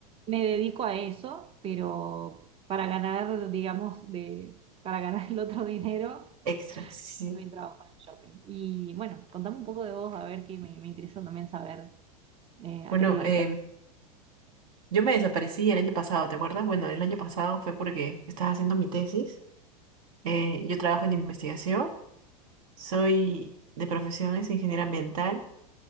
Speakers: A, on the right (about 30°); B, on the right (about 60°).
A: me dedico a eso, pero para ganar, digamos, de, para ganar el otro dinero,
B: Extra, sí.
A: también trabajo en el shopping. Y bueno, contame un poco de vos, a ver que me, me interesa también saber eh, a
B: Bueno,
A: qué te dedicas.
B: eh, yo me desaparecí el año pasado, ¿te acuerdas? Bueno, el año pasado fue porque estaba haciendo mi tesis. Eh, yo trabajo en investigación, soy de profesión es ingeniera ambiental